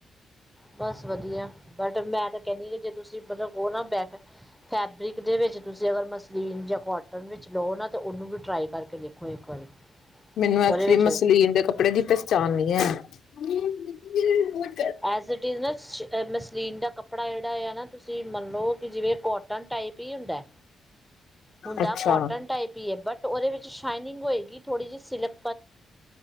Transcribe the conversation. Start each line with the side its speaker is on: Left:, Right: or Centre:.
Centre: ਬਸ ਵਧੀਆ। ਬਟ ਮੈਂ ਤਾਂ ਕਹਿੰਦੀ ਏ ਕਿ ਜੇ ਤੁਸੀਂ ਮਤਲਬ ਓਹ ਨਾ ਬੈਫ ਫੈਬਰਿਕ ਦੇ ਵੇਚ ਤੁਸੀਂ ਅਗਰ ਮਸਲੀਨ ਜਾਂ ਕੋਟਨ ਵਿੱਚ ਲੋ ਨਾ ਤਾਂ ਔਨੂੰ ਵੀ ਟਰਾਈ ਕਰਕੇ ਦੇਖੋ ਇੱਕ ਵਾਰੀ।
Left: ਮੈਨੂੰ ਐਕਚੁਲੀ
Centre: ਉਹਦੇ ਵਿੱਚ
Left: ਮਸਲੀਨ ਦੇ ਕੱਪੜੇ ਦੀ ਪਹਿਚਾਣ ਨੀ ਹੈ। ਖ <unintelligible>
Centre: ਐਸ ਇਟ ਇਜ਼ ਨਾ ਮਸਲੀਨ ਦਾ ਕਪ ਕੱਪੜਾ ਜਿਹੜਾ ਆ ਨਾ ਤੁਸੀਂ ਮੰਨ ਲਓ ਕਿ ਜਿਵੇਂ ਕੋਟਨ ਟਾਈਪ ਹੀ ਹੁੰਦਾ। ਹੁੰਦਾ
Left: ਅੱਛਾ।
Centre: ਕੋਟਨ ਟਾਈਪ ਹੀ ਹੈ ਬਟ ਉਹਦੇ ਵਿੱਚ ਸ਼ਾਈਨਿੰਗ ਹੋਏਗੀ। ਥੋੜੀ ਜਿ ਸਿਲਪ